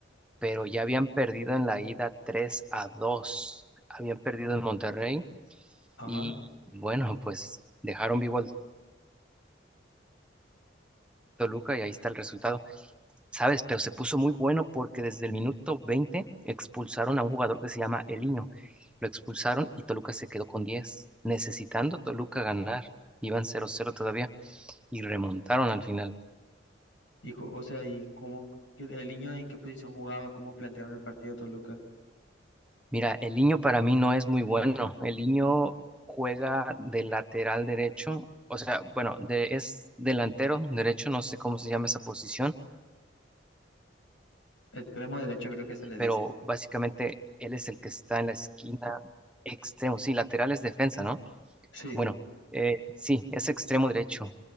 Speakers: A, in the centre; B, on the left (about 85°).
A: pero ya habían perdido en la ida tres a dos. Habían perdido en Monterrey
B: Ajá.
A: y bueno, pues dejaron vivo al Toluca y ahí está el resultado. ¿sabes? Pero se puso muy bueno porque desde el minuto 20 expulsaron a un jugador que se llama Eliño. Lo expulsaron y Toluca se quedó con 10, necesitando Toluca ganar. Iban 0-0 todavía y remontaron al final.
B: Y, co- o sea, ¿y cómo, que- el niño en qué posición jugaba? ¿Cómo plantearon el partido a Toluca?
A: Mira, Eliño para mí no es muy bueno. Eliño juega de lateral derecho, o sea, bueno, de- es delantero derecho, no sé cómo se llama esa posición,
B: Extremo derecho creo que se le dice.
A: pero básicamente él es el que está en la esquina extremo, sí, lateral es defensa, ¿no?
B: Sí.
A: Bueno, eh, sí, es extremo derecho,